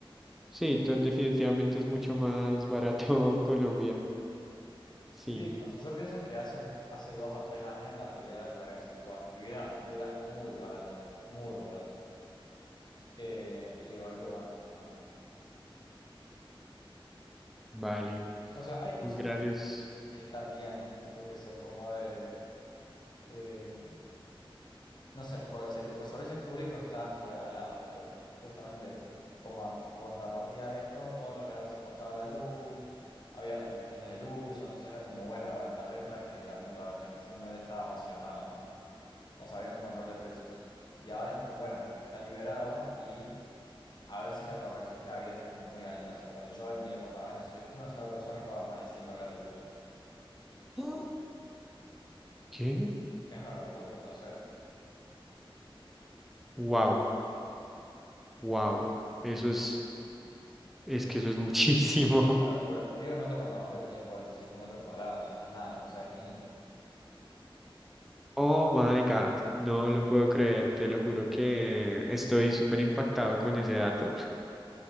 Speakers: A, in the centre; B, on the left (about 50°).
A: Sí, to- definitivamente es mucho más barato <laughs> Colombia. Sí,
B: Sí, o sea, yo pienso que hace, un- hace dos o tres años la realidad era al revés, tipo, vivir en Argentina era muy barato, muy barato. Eh, y de golpe, bueno, nada.
A: vale.
B: O sea, hay cosas
A: Gracias.
B: que, que está bien, tipo, que se acomode. eh, no sé, por decirte, los servicios públicos están regalados, y, pero justamente como a contrapartida de esto, todos los veranos se cortaba la luz, había restricciones del uso, entonces era como, bueno, a ver, tal vez no es que era muy barato, es que simplemente estaba racionado, ¿no? O sea, había un control de precios. Y ahora es como, bueno, está liberado y a veces la corrección que ha habido es como muy alta. O sea, ponle, yo en mi departamento soy una sola persona y pago más de 100 dólares de luz.
A: Ah. ¿Qué?
B: Es una locura, lo sé.
A: Wow, wow. Eso es, es que eso es muchísimo.
B: Es
A: <laughs>
B: una locura. Vivo en un departamento que tiene 45 metros cuadrados, no es nada, o sea, es mínimo.
A: Oh my God. No lo puedo creer, te lo juro que estoy súper impactado con ese dato. <laughs>